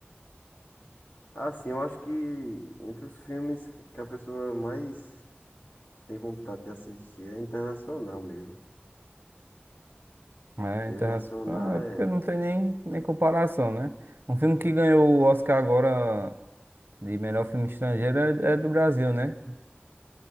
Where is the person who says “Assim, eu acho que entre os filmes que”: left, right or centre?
Left